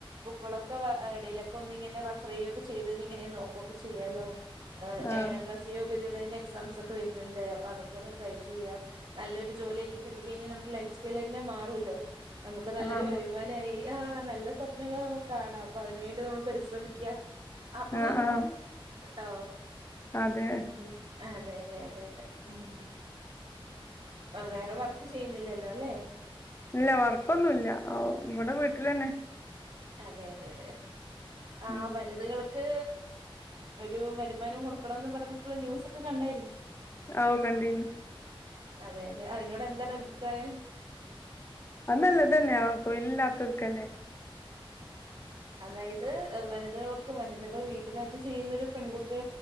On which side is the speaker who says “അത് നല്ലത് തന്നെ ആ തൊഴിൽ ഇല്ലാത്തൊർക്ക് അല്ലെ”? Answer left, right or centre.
Left